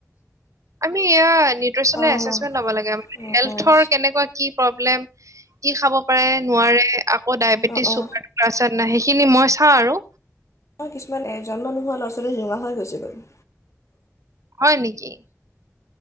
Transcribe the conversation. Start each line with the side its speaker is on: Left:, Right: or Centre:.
Right: আমি এয়া নিউট্ৰেচনেল
Left: অঁ
Right: এচেচমেন্ট লৱ লাগে।
Left: অঁ
Right: হেলথৰ
Left: অঁ
Right: কেনেকুৱা কি প্ৰব্লেম কি খাব পাৰে নোৱাৰে আকৌ ডায়বেটিছ
Left: অঁ অঁ
Right: চুগাৰ আছে না নাই সেইখিনি মই চাওঁ আৰু
Left: অ কিছুমান এ জন্ম নোহোৱা ল'ৰা ছোৱালী <unintelligible> হৈ গুছি গ'ল।
Right: হয় নেকি?